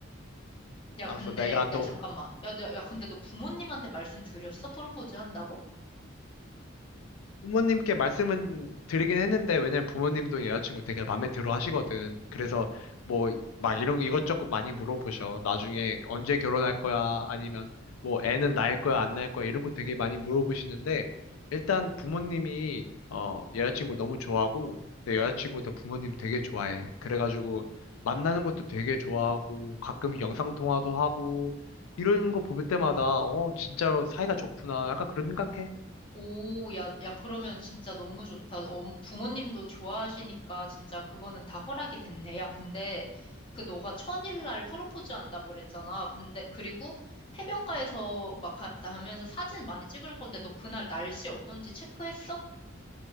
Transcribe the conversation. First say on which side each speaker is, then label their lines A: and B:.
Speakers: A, on the left; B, on the left.
A: 야,
B: 알았어.
A: 근데,
B: 내가 또
A: 야, 잠깐만. 야, 너, 야, 근데 너 부모님한테 말씀드렸어? 프로포즈 한다고?
B: 부모님께 말씀은 드리긴 했는데, 왜냐면 부모님도 여자친구 되게 마음에 들어 하시거든. 그래서 뭐, 막 이런, 이것저것 많이 물어보셔. 나중에 언제 결혼할 거야? 아니면 뭐, 애는 낳을 거야? 안 낳을 거야? 이런 거 되게 많이 물어보시는데, 일단 부모님이, 어, 여자친구 너무 좋아하고, 내 여자친구도 부모님 되게 좋아해. 그래가지고, 만나는 것도 되게 좋아하고, 가끔 영상통화도 하고, 이런 거 볼 때마다, 어, 진짜로 사이가 좋구나. 약간 그런 생각해.
A: 오, 야, 야, 그러면 진짜 너무 좋다. 어, 부모님도 좋아하시니까 진짜 그거는 다 허락이 됐네. 야, 근데 그 너가 천일날 프로포즈 한다고 그랬잖아. 근데, 그리고 해변가에서 막 가- 하면서 사진 많이 찍을 건데 너 그날 날씨 어떤지 체크했어?